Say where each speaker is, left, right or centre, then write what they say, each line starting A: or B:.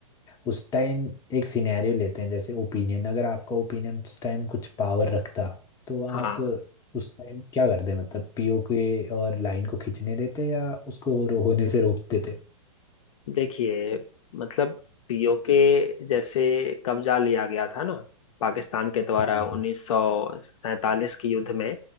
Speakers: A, on the left; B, on the left.
A: उस टाइम एक सिनेरियो लेते हैं जैसे ओपिनियन अगर आपका ओपिनियन उस टाइम कुछ पावर रखता तो आप
B: हाँ
A: उस टाइम क्या करते मतलब पीओके और लाइन को खींचने देते या उसको हो- होने से रोक देते
B: देखिए मतलब पीओके जैसे कब्जा लिया गया था ना पाकिस्तान के द्वारा
A: जी
B: 1947
A: जी
B: के युद्ध में